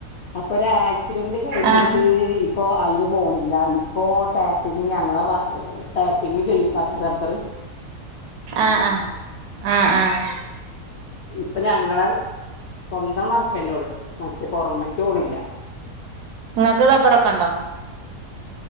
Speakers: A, on the left; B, on the right.
A: അപ്പൊ ഒര ആക്സിഡന്റ് കഴിഞ്ഞിട്ട്
B: ആഹ്
A: ഇ പ്പോ അയിന് പോണില്ല ഇപ്പോ ടാപ്പിങ് ഞങ്ങള ടാപ്പിങ്ങ് ചെയ്യും അപ്പം റബറ്
B: ആഹ് ആഹ് ആഹ് ആഹ്
A: ഇപ്പം ഞങ്ങളെ സ്വന്തം വറക്കന്നെ ഒള്ളു മറ്റേ പൊറമക്കോണില്ല
B: ഇങ്ങക്ക് ടബറൊക്കെണ്ടോ